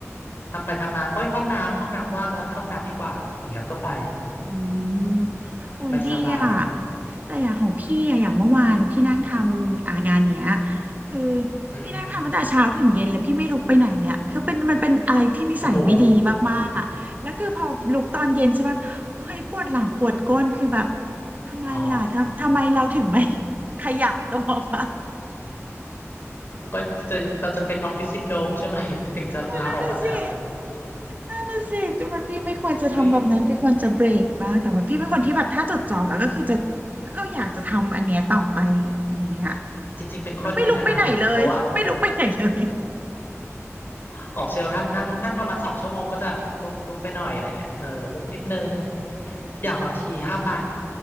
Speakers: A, on the left (about 45°); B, on the right (about 35°).
A: ทำไปทำมาเอ้ยห้องน้ำห้องน้ำว่างแล้วเข้าห้องน้ำดีกว่าอย่างเงี้ยก็ไป
B: อืมโอ้ยดีอ่ะ
A: สบายๆพี่
B: แต่อย่างของพี่อะอย่างเมื่อวานแล้วพี่นั่งทำอ่างานเนี้ยคือ
A: อืม
B: พี่นั่งทำตั้งแต่เช้าถึงเย็นแล้วพี่ไม่ลุกไปไหนเลยอะคือเป็นมันเป็นอะไรที่นิสัยไม่ดีมากๆอ่ะแล้วคือพอลุกตอนเย็นใช่ปะเฮ้ยปวดหลังปวดก้นคือแบบ
A: โอ้โห
B: ทำไมล่ะทำทำไมเราถึงไม่
A: อ๋อ
B: <laughs> ขยับตัวไป
A: ก็จะเราจะเป็นออฟฟิศซินโดรมใช่ไหม <laughs> ถึงจะลาออกมาแล้ว
B: นั่นน่ะสินั่นน่ะสิแต่มันพี่ไม่ควรจะทำแบบนั้นพี่ควรจะเบรกบ้างแต่ว่าพี่เป็นคนที่แบบถ้าจดจ่อแล้วก็คือจะ
A: เฮ้ย
B: ก็อยากจะทำอันเนี้ยต่อไป อย่างเงี้ย
A: อ่าจริงๆเป็นข้อดีนะน่ะเพราะว่า
B: ก็ไม่ลุกไปไหนเลยไม่ลุกไปไหนเลย
A: ของเชลท่านนั่งนั่งประมาณสองชั่วโมงก็จะลุกลุกไปหน่อยอะไรเงี้ยเออลุกนิดนึง อย่างบางทีถ้าไป